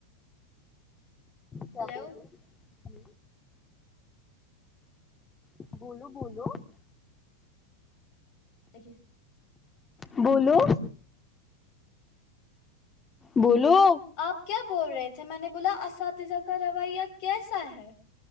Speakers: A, on the left; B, on the left.
A: کیا
B: ہلو
A: بول رہے ہیں؟ جی بولو بولو
B: <unintelligible>
A: بولو بولو
B: آپ کیا بول رہے تھے میں نے بولا اساتذہ کا رویہ کیسا ہے